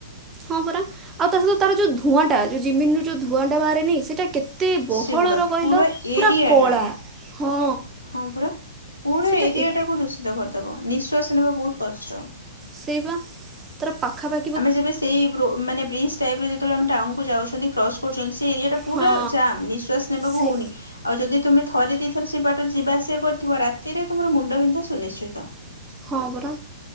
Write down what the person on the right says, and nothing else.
ହଁ ପରା, ଆଉ ତା ସହିତ ତାର ଯୋଉ ଧୂଆଁ ଟାଉ ଜିମିନୁ ଯୋଉ ଧୂଆଁ ଟା ବାହାରେନି ସେଇଟା କେତ୍ ଏତେ ବହଳର
କହିଲ ପୁରା
କଳା।
ହଁ।
ସେଟା
ଏ
ସେଇପା। ତାର ପାଖା ପାଖି
ହଁ
ସେ
ହଁ ପରା,